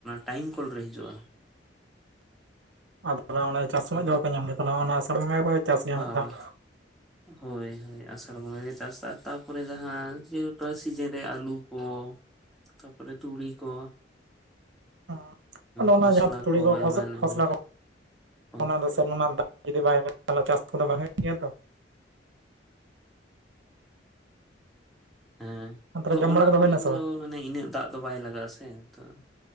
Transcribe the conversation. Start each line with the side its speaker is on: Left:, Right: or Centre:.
Centre: ᱴᱟᱭᱤᱢ ᱠᱚᱞ ᱨᱮ ᱦᱤᱡᱩᱜᱼᱟ
Right: ᱟᱫᱚ <inaudible> ᱢᱟᱱᱮ ᱪᱟᱥ ᱥᱩᱢᱚᱭᱡ
Centre: ᱛᱚ
Right: ᱫᱚ ᱵᱟᱯᱮ ᱧᱟᱢ ᱜᱮᱭᱟ ᱛᱟᱦᱚᱞᱮ ᱚᱱᱟ ᱟᱥᱟᱲ ᱵᱚᱸᱜᱟ ᱜᱮ ᱯᱮ ᱪᱟᱥ ᱧᱟᱢᱮᱜ
Centre: ᱵᱟ
Right: ᱛᱮᱦᱮᱜ
Centre: ᱵᱟ ᱦᱳᱭ ᱦᱳᱭ ᱟᱥᱟᱲ ᱵᱚᱸᱜᱟ ᱜᱮ ᱪᱟᱥ ᱛᱟ... ᱛᱟᱯᱚᱨᱮ ᱡᱟᱦᱟᱸ <unintelligible> ᱥᱤᱡᱤᱱ ᱨᱮ ᱟᱞᱩ ᱠᱚ ᱛᱟᱨᱯᱚᱨᱮ ᱛᱩᱲᱤ ᱠᱚ
Right: ᱚ ᱚᱱᱚ
Centre: ᱠᱷᱚᱥᱞᱟ
Right: ᱚᱱᱟ ᱡᱟᱦᱟᱸ ᱛᱩᱲᱤ ᱠᱚ ᱠᱷᱚᱥᱚᱜ...
Centre: ᱮᱢᱟᱱ ᱮᱢᱟᱱ
Right: ᱠᱷᱚᱥᱞᱟ ᱠᱚ
Centre: ᱠᱚ
Right: ᱚᱱᱟ ᱫᱚ <unintelligible> ᱫᱟᱜ ᱡᱩᱫᱤ ᱵᱟᱭ <unintelligible> ᱪᱟᱥ ᱠᱚᱫᱚ ᱵᱟᱝ ᱦᱚᱭᱚᱜ ᱜᱮᱭᱟ ᱛᱚ
Centre: ᱦᱮᱸ
Right: ᱛᱟᱦᱚᱞᱮ
Centre: ᱛᱚ
Right: ᱡᱚᱢ
Centre: ᱚᱱᱟ
Right: ᱵᱟᱲᱟ ᱠᱚᱫᱚ
Centre: ᱠᱚᱨᱮᱱ
Right: ᱦᱩᱭᱱᱟ ᱥᱮ
Centre: ᱫᱚ
Right: ᱵᱟᱝ
Centre: ᱢᱟᱱᱮ ᱤᱱᱟᱹᱜ ᱫᱟᱜ ᱫᱚ ᱵᱟᱭ ᱞᱟᱜᱟᱜᱼᱟ ᱥᱮ ᱛᱚ,